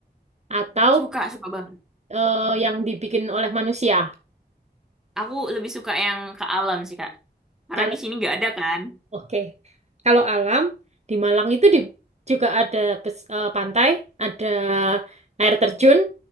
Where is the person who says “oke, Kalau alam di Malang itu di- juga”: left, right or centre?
Right